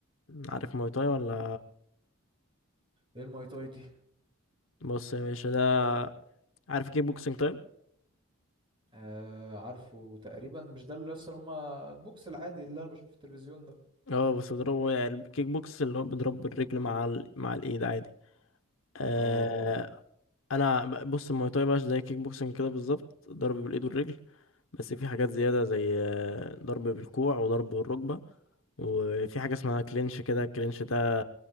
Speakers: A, on the left; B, on the right.
A: عارف ماي تاي ولا
B: ايه الماي تاي دي
A: بص يا باشا ده عارف كيك بوكسينج طيب
B: آه عارفه تقريبا مش ده اللي يس هما البوكس العادي اللي انا بشوفه في التلفزيون ده
A: اه بس بضربه يعني الكيك بوكس اللي هو بضرب بالرجل مع ال... مع الايد عادي آه
B: اه اه
A: انا ب- بص الماي تاي بقى زي كيك بوكسينج كده بالظبط ضرب بالايد والرجل بس في حاجات زياده زي آه، ضرب بالكوع وضرب بالركبه وفي حاجه اسمها كلينش كده الكلينش ده